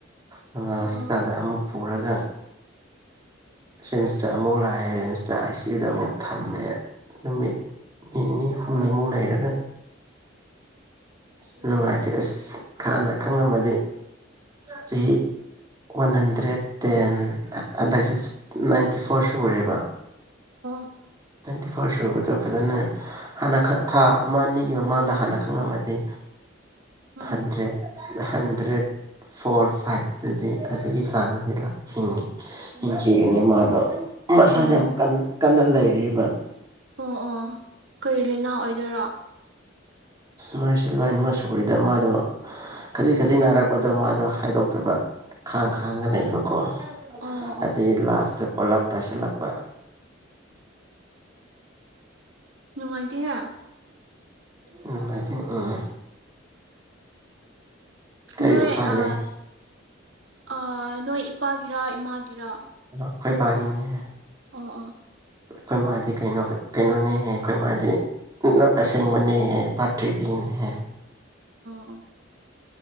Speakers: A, on the right; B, on the right.
A: ꯍꯪ
B: ꯑꯣ
A: ꯑꯁꯄꯤꯗꯗ ꯄꯨꯔꯛ ꯈ ꯔꯤꯝ꯭ꯁꯇ ꯑꯃꯨꯛ ꯂꯥꯛꯑꯦ ꯔꯤꯝ꯭ꯁꯇ ꯑꯥꯏ ꯁꯤ ꯌꯨꯗ ꯑꯃꯨꯛ ꯊꯝꯃꯦ ꯅꯨꯃꯤꯠ ꯅꯤꯅꯤ ꯍꯨꯝꯅꯤꯃꯨꯛ ꯂꯩꯔꯒ ꯑꯁ ꯅꯨꯡꯉꯥꯏꯇꯦ ꯑꯁ ꯍꯥꯟꯅ ꯈꯪꯉꯝꯃꯗꯤ ꯆꯍꯤ ꯋꯥꯟ ꯍꯟꯗ꯭ꯔꯦꯠ ꯇꯦꯟ ꯍꯟꯗꯛꯁꯦ ꯅꯥꯏꯟꯇꯤ ꯐꯣꯔ ꯁꯨꯔꯦꯕ
B: ꯑ
A: ꯇꯅꯥꯋꯏꯟꯇꯤ ꯐꯥꯔꯁ ꯁꯨꯕꯗꯣ ꯐꯖꯅ ꯍꯥꯟꯅ ꯊꯥ ꯑꯃ ꯑꯅꯤꯒꯤ ꯃꯃꯥꯡꯗ ꯍꯥꯟꯅ ꯈꯪꯉꯝꯃꯗꯤ
B: ꯎꯝ
A: ꯍꯗ꯭ꯔꯦ ꯍꯟꯗ꯭ꯔꯦꯠ ꯐꯣꯔ ꯐꯥꯏꯚ ꯑꯗꯨꯗꯤ ꯑꯗꯨꯒꯤ ꯆꯥꯡꯗꯗꯤ ꯍꯤꯡꯈꯤ ꯍꯤꯡꯈꯤꯒꯅꯤ ꯃꯥꯗꯣ ꯃꯁꯥꯖ
B: ꯑꯣ
A: ꯀꯟ ꯀꯟꯅ ꯂꯩꯔꯤ <unintelligible>
B: ꯑꯣ ꯑꯣ ꯀꯩ ꯂꯤꯅꯥ ꯑꯣꯏꯗꯣꯏꯔꯣ
A: ꯃꯥꯁꯤ ꯂꯣꯏꯃꯛ ꯁꯨꯔꯤꯗ ꯃꯥꯗꯣ ꯈꯖꯤꯛ ꯈꯖꯤꯛ ꯅꯥꯔꯛꯄꯗꯣ ꯃꯥꯗꯣ ꯍꯥꯏꯗꯣꯛꯇꯕ ꯈꯥꯡ ꯈꯥꯡꯒ ꯂꯩꯕꯀꯣ
B: ꯑꯣ
A: ꯑꯗꯩ
B: ꯑꯣ
A: ꯂꯥꯁꯇ ꯄꯣꯂꯥꯞ ꯇꯥꯁꯤꯜꯂꯛꯄ
B: ꯅꯨꯡꯉꯥꯏꯇꯍꯦ
A: ꯎꯝ ꯍꯥꯏꯗꯤ ꯎꯝ ꯀꯔꯤ
B: ꯅ‌ꯣꯏ
A: ꯎꯄꯥꯏ
B: ꯑ
A: ꯂꯩ
B: ꯑ ꯅꯣꯏ ꯏꯄꯥꯒꯤꯔꯥ ꯏꯃꯥꯒꯤꯔꯥ
A: ꯑꯩꯈ‌ꯣꯏ ꯄꯒꯤꯅ‌ꯦ
B: ꯑꯣ ꯑꯣ
A: ꯑꯩꯈꯣꯏ ꯃꯥꯗꯤ ꯀꯩꯅ ꯀꯩꯅꯣꯅꯤꯍꯦ ꯑꯩꯈꯣꯏ ꯃꯥꯗꯤ ꯑꯁꯦꯡꯕꯅꯦꯍꯦ ꯄꯥꯇ꯭ꯔꯤꯗꯒꯤꯅꯦꯍꯦ
B: ꯑꯣ